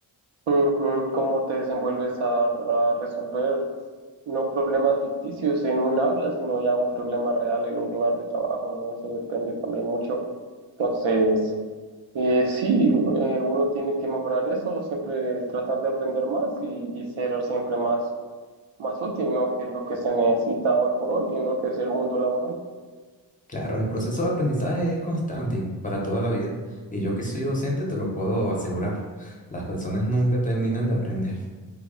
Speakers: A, on the right; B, on the left.
A: Ujú, ¿Cómo te desenvuelves a, a resolver no problemas ficticios en un aula, sino ya un problema real en un lugar de trabajo, ¿no? Eso depende también mucho. Entonces, eh, sí, eh, uno tiene que mejorar eso, siempre tratar de aprender más y, y ser siempre más, más útil, ¿no? Que es lo que se necesita hoy por hoy en lo que es el mundo laboral.
B: Claro, el proceso de aprendizaje es constante y para toda la vida. Y yo que soy docente te lo puedo asegurar. Las personas nunca terminan de aprender.